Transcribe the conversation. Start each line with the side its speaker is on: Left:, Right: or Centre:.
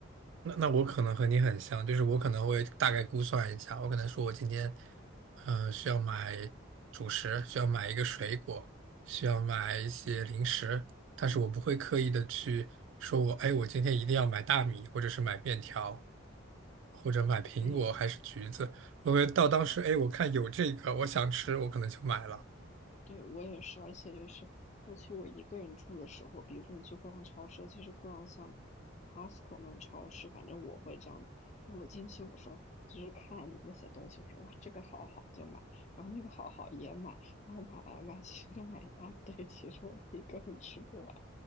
Right: 那那我可能和你很像，就是我可能会大概估算一下，我可能说我今天，呃，需要买主食，需要买一个水果，需要买一些零食，但是我不会刻意的去说我，哎，我今天一定要买大米，或者是买面条，或者买苹果还是橘子，
Left: <laughs> 嗯。
Right: 我会到当时，哎，我看有这个，我想吃，我可能就买了。
Left: 对，我也是，而且就是，尤其我一个人住的时候，比如说你去逛超市，尤其是逛像 Costco 那种超市，反正我会这样子。因为我进去，我说就是看那些东西，我说哇，这个好好就买，然后那个好好也买，然后买来买去就买一大堆，其实我自己根本吃不完。